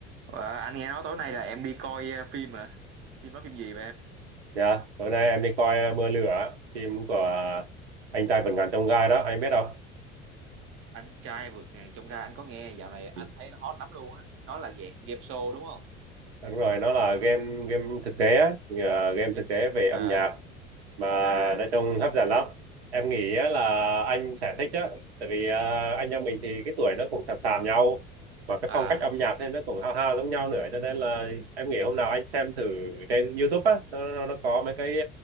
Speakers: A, on the right (about 40°); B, on the right (about 80°).
A: Ờ, anh nghe nói tối nay là em đi coi ờ, phim hả? Phim đó phim gì vậy em?
B: Dạ, Tối nay em đi coi ờ, Mưa Lửa, phim của anh trai vượt ngàn chông gai đó, anh biết không?
A: Anh trai vượt ngàn chông gai anh có nghe dạo này anh
B: Ừ.
A: thấy nó hot lắm luôn á. Nó là dạng game show đúng không?
B: Đúng rồi, nó là game game thực tế á, thì, ờ, game
A: Game
B: thực tế về âm
A: à
B: nhạc mà
A: à
B: nói chung hấp dẫn lắm. Em nghĩ á là anh sẽ thích á, tại vì ờ, anh em mình thì cái tuổi nó cũng sàm sàm nhau, mà cái
A: à
B: phong cách âm nhạc thì nó cũng hao hao giống nhau nữa, cho nên là em nghĩ hôm nào anh xem thử trên YouTube á, nó, nó nó có mấy cái